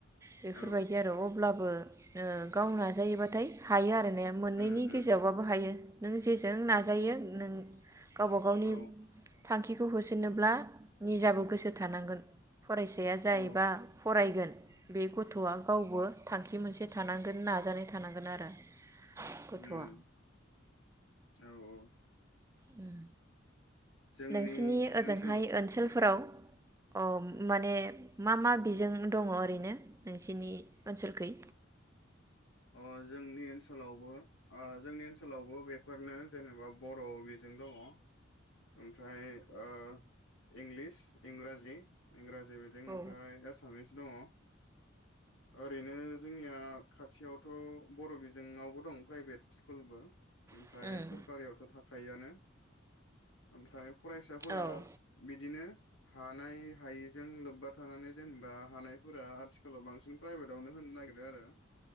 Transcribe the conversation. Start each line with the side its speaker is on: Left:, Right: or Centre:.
Right: बेफोरबायदि
Left: औ
Right: आरो अब्लाबो ओ गाव नाजायोबाथाय हायो आरो माने मोननैनि
Left: उम उम
Right: गेजेरावबाबो हायो नों जेजों नाजायो नों गावबा गावनि
Left: औ
Right: थांखिखौ होसोनोब्ला निजाबो गोसो थानांगोन फरायसाया जायबा
Left: औ
Right: फरायगोन बेखौ थ'आ गावबो थांखि मोनसे थानांगोन नाजानाय थानांगोन आरो गथ'आ
Left: उम औ औ
Right: उम
Left: जोंनि
Right: नोंसिनि ओजोंहाय
Left: ओनसोल
Right: ओनसोलफोराव औ माने मा मा बिजों दङ ओरैनो नोंसिनि ओनसोलखै
Left: अ जोंनि ओनसोलावबो ओ जोंनि ओनसोलावबो बेफोरनो जेनेबा बर' बिजों दङ ओमफ्राय ओ इंलिस इंराजि इंराजि बिदिं
Right: औ
Left: ओमफाय एसामिस दङ ओरैनो जोंनिया खा थियावथ' बर' बिजों आवबो दं प्राइभेट स्कुलबो ओमफाय
Right: उम
Left: सरकारियावथ' थाखायो आनो। ओमफ्राय फरायसाफोरा
Right: औ
Left: बिदिनो हानाय हायिजों लोब्बा थानानै जेनेबा हानायफोरा आथिखालाव बांसिन प्राइभेटावनो होनो नागिरो आरो।